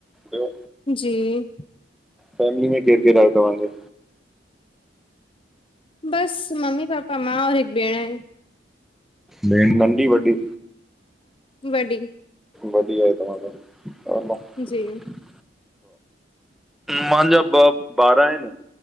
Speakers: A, in the centre; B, on the left (about 30°).
A: ॿियो
B: जी
A: फैमिली में केर केर आयो तव्हांजो
B: बस मम्मी पापा मां और हिक भेण आहिन
A: भेण नंढी वॾी?
B: वॾी
A: वॾी आहे तव्हां खां तव्हां खां
B: जी
A: मुंहिंजा ॿ ॿार आहिन